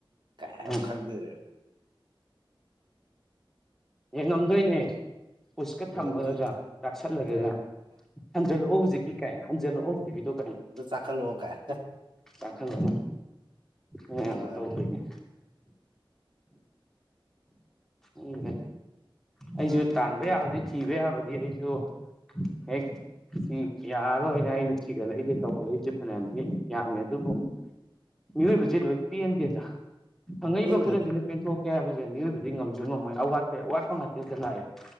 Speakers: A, on the right; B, in the centre.
A: ꯀꯥꯏꯃꯨꯛ
B: ꯎꯝ
A: ꯈꯪꯗꯣꯏꯅꯦꯕ
B: ꯌꯦꯡꯉꯝꯗꯣꯏꯅꯦ ꯄꯨꯁꯀ
A: ꯌꯦꯡꯉꯝꯗꯣꯏꯅꯦ
B: ꯊꯝꯃꯒꯒ ꯆꯥꯛꯁꯜꯂꯒꯒ
A: ꯑ
B: ꯍꯟꯖꯜꯂꯛ ꯑꯣ ꯍꯧꯖꯤꯛꯀꯤ ꯀꯥꯏ ꯍꯟꯖꯂꯛꯑꫭ ꯍꯧꯖꯤꯛꯀꯤꯗꫭ
A: ꯑꯝꯇ
B: ꯀꯥꯏꯅ
A: ꯆꯥꯛꯈꯠꯂꯛꯑꯣ ꯀꯥꯏ
B: ꯇꯥꯡꯈꯠꯂꯅ ꯃꯌꯥꯝꯁꯨ
A: ꯃꯥꯅꯤ
B: ꯇꯧꯗꯣꯏꯅꯦ INAUDIBLE ꯎꯝ ꯑꯩꯁꯨ
A: ꯃꯥꯅꯤ
B: ꯇꯥꯟꯕ
A: ꯈꯪ
B: ꯌꯥꯕꯗꯤ ꯊꯤꯕ ꯌꯥꯕꯗꯤ ꯑꯩꯁꯨ ꯍꯦꯛ ꯎꯝ ꯌꯥꯔꯣꯏꯅꯦ ꯑꯩꯅ ꯊꯤꯒꯠꯂꯛꯏꯁꯦ ꯇꯧꯈꯠꯂꯛꯏꯁꯦ ꯐꯅꯌꯥꯝꯗꯤ ꯌꯥꯝꯃꯦ ꯑꯗꯨꯕꯨ ꯃꯤꯑꯣꯏꯕꯁꯤ ꯂꯣꯏ ꯄꯦꯟꯗꯦꯗ ꯐꯪꯉꯛꯏꯕ
A: ꯄꯦꯟꯗꯦꯗ
B: ꯈꯔꯁꯤꯅ ꯄꯦꯟꯊꯣꯛꯀꯦ ꯍꯥꯏꯕꯁꯦ ꯃꯤꯑꯣꯏꯕꯗꯤ ꯉꯝꯁꯨ ꯉꯝꯃꯣꯏ ꯑꯋꯥꯠꯄ ꯑꯋꯥꯠꯄ ꯉꯥꯛꯇꯦꯇ ꯂꯥꯛꯑꯦꯕ